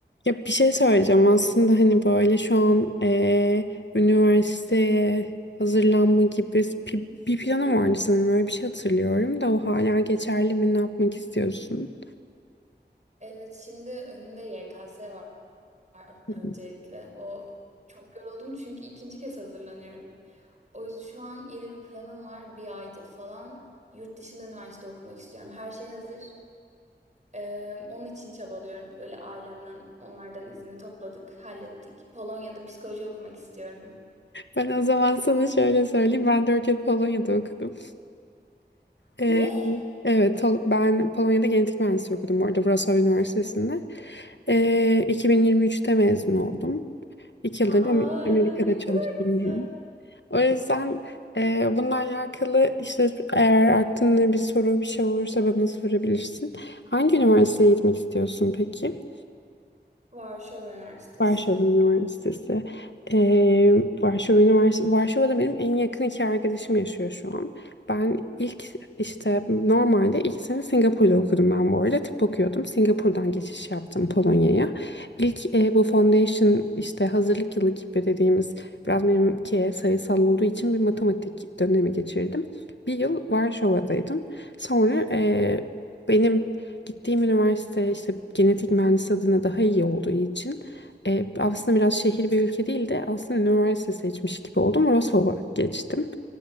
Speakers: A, on the left; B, on the right.
A: Ya bir şey söyleyeceğim aslında hani böyle şu an eee, üniversiteye hazırlanma gibi bir, bir planım vardı sanırım öyle bir şey hatırlıyorum da o hala geçerli mi ne yapmak istiyorsun?
B: Evet şimdi önümde YKS var
A: Hı
B: öncelikle.
A: hı.
B: O çok yoruldum çünkü ikinci kez hazırlanıyorum. O yüzden şu an yeni bir planım var. Bir aydır falan yurt dışında üniversite okumak istiyorum. Her şey hazır. Ee, onun için çabalıyorum. Böyle ailemden onlardan izni topladık, hallettik. Polonya'da psikoloji okumak istiyorum.
A: Ben o zaman sana şöyle söyleyeyim ben 4 yıl Polonya'da okudum. Eee,
B: Ne?
A: evet Tol- ben Polonya'da genetik mühendisliği okudum bu arada Wrocław Üniversitesi'nde. Eee 2023'te mezun oldum. İki yıldır
B: Aa
A: da Am- Amerika'da
B: ne kadar
A: çalışıyorum.
B: güzel.
A: O yüzden e, bununla alakalı işte eğer aklında bir soru bir şey olursa bana sorabilirsin. Hangi üniversiteye gitmek istiyorsun peki?
B: Varşova Üniversitesi.
A: Varşova Üniversitesi. Ee,
B: Hı
A: Varşova Üniversitesi. Varşova'da benim en yakın iki arkadaşım yaşıyor şu an. Ben ilk işte normalde iki sene Singapur'da okudum ben bu arada. Tıp okuyordum. Singapur'dan geçiş yaptım Polonya'ya. İlk e, bu foundation işte hazırlık yılı gibi dediğimiz biraz benimki sayısal olduğu için bir matematik dönemi geçirdim. Bir yıl Varşova'daydım. Sonra e, benim gittiğim üniversite işte genetik mühendisi adına daha iyi olduğu için e, aslında biraz şehir ve ülke değil de aslında üniversite seçmiş gibi oldum. Wrocław'a geçtim.